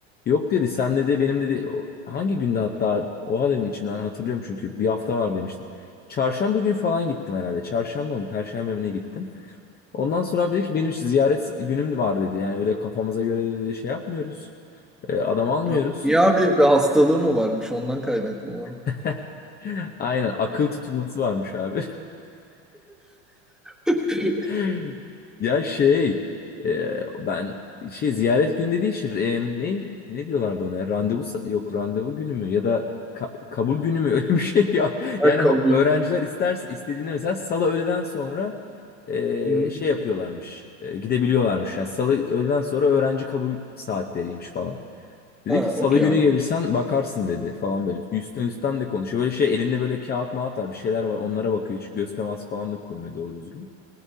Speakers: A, on the left; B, in the centre.
A: Yok dedi sen dedi benim dedi o- hangi günde hatta oha dedim içimden hatırlıyorum çünkü bir hafta var demiştim. Çarşamba gün falan gittim herhalde. Çarşamba mı Perşembe mi ne gittim. Ondan sonra abi dedi ki benim ziyaret günüm var dedi. Yani öyle kafamıza göre dedi şey yapmıyoruz. E, adam almıyoruz.
B: Ya Niye abi bir hastalığı mı varmış ondan kaynaklı mı?
A: <laughs> Aynen akıl tutulması varmış abi.
B: <laughs>
A: <laughs> Ya şey e, ben şey ziyaret günü dediği şey e, ne ne diyorlardı ona ya? Randevu sa- yok randevu günü mü ya da ka- kabul günü mü <laughs> öyle bir şey ya.
B: Ha
A: Yani
B: kabul.
A: ho- öğrenciler isterse istediğinde mesela salı öğleden sonra e,
B: Hı hı.
A: şey yapıyorlarmış. e, gidebiliyorlarmış. Yani salı öğleden sonra öğrenci kabul saatleriymiş falan. Dedi
B: Ha
A: ki salı
B: okey
A: günü
B: abi.
A: gelirsen bakarsın dedi falan böyle. Üstten üstten de konuşuyor. Böyle şey elinde böyle kağıt mağat var bir şeyler var onlara bakıyor. Hiç göz teması falan da kurmuyor doğru düzgün.